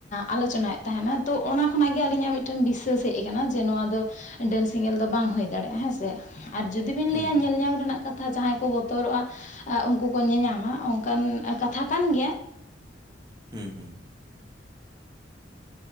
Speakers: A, on the left; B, on the right.
A: ᱟᱞᱳᱪᱚᱱᱟᱭᱮᱜ ᱛᱟᱦᱮᱸᱱᱟ ᱛᱚ, ᱚᱱᱟ ᱠᱷᱚᱱᱟᱜ ᱜᱮ ᱟᱹᱞᱤᱧᱟᱜ ᱢᱤᱫᱴᱮᱱ ᱵᱤᱥᱥᱟᱹᱥ ᱦᱮᱡ ᱠᱟᱱᱟ ᱡᱮ ᱱᱚᱣᱟ ᱫᱚ ᱰᱟᱺᱱ ᱥᱮᱸᱜᱮᱞ ᱫᱚ ᱵᱟᱝ ᱦᱩᱭ ᱫᱟᱲᱮᱜᱼᱟ᱾ ᱦᱮᱸ ᱥᱮ ᱟᱨ ᱡᱩᱫᱤ ᱵᱤᱱ
B: ᱦᱩᱸ
A: ᱞᱟᱹᱭᱟ
B: ᱦᱩᱸ
A: ᱧᱮᱞ ᱧᱟᱢ ᱨᱮᱱᱟᱜ ᱠᱟᱛᱷᱟ ᱡᱟᱦᱟᱸᱭ ᱠᱚ ᱵᱚᱛᱚᱨᱚᱜ-ᱟ ᱩᱱᱠᱩ ᱠᱚ ᱧᱮᱧᱟᱢᱟ ᱚᱱᱠᱟᱱ ᱠᱟᱛᱷᱟ ᱠᱟᱱ ᱜᱮᱭᱟ᱾
B: ᱦᱩᱸᱻᱦᱩᱸᱻ᱾